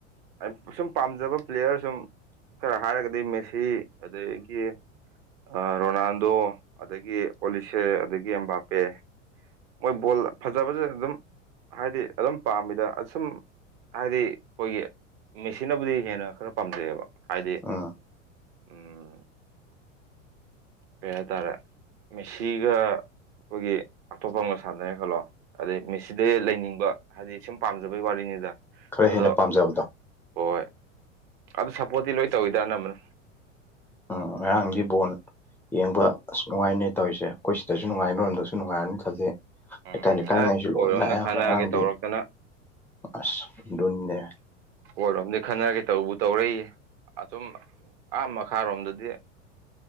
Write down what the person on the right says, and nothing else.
ꯑꯁ ꯁꯨꯝ ꯄꯥꯝꯖꯕ ꯄ꯭ꯂꯦꯌꯔ ꯁꯨꯝ ꯈꯔ ꯍꯥꯏꯔꯒꯗꯤ ꯃꯦꯁꯤ ꯑꯗꯒꯤ ꯑꯥ ꯔꯣꯅꯥꯜꯗꯣ ꯑꯗꯒꯤ ꯑꯣꯂꯤꯁꯦ ꯑꯗꯒꯤ ꯑꯝꯕꯥꯄꯦ ꯃꯣꯏ ꯕꯣꯜ ꯐꯖ ꯐꯖꯅ ꯑꯗꯨꯝ ꯍꯥꯏꯗꯤ ꯑꯗꯨꯝ ꯄꯥꯝꯃꯤꯗ ꯑꯁꯨꯝ ꯍꯥꯏꯗꯤ ꯑꯩꯈꯣꯏꯒꯤ ꯃꯦꯁꯤꯅꯕꯨꯗꯤ ꯍꯦꯟꯅ ꯈꯔ ꯄꯥꯝꯖꯩꯕ ꯍꯥꯏꯗꯤ
ꯎꯝ ꯀꯩ ꯍꯥꯏꯇꯥꯔꯦ ꯃꯦꯁꯤꯒ ꯑꯩꯈꯣꯏꯒꯤ ꯑꯇꯣꯞꯄ ꯑꯃꯒ ꯁꯥꯟꯅꯔꯦ ꯈꯜꯂꯣ ꯑꯗꯩ ꯃꯦꯁꯤꯗꯩ ꯂꯩꯅꯤꯡꯕ ꯍꯥꯏꯗꯤ ꯁꯨꯝ ꯄꯥꯝꯖꯕꯩ ꯋꯥꯔꯤꯅꯤꯗ
ꯑꯗꯣ
ꯍꯣꯏ ꯑꯗꯨ ꯁꯞꯄꯣꯔꯠꯇꯤ ꯂꯣꯏ ꯇꯧꯋꯤꯗ ꯑꯅꯝꯕꯅ
ꯎꯝ
ꯑꯁ ꯑꯩꯈꯣꯏꯔꯣꯝꯗ
ꯈꯟꯅꯔꯒꯦ
ꯇꯧꯔꯛꯇꯅ
ꯑꯈꯣꯏꯔꯣꯝꯗꯒꯤ ꯈꯠꯅꯒꯦ ꯇꯧꯕꯨ ꯇꯧꯔꯦ ꯑꯁꯣꯝ ꯑꯥ ꯃꯈꯥꯔꯣꯝꯗꯗꯤ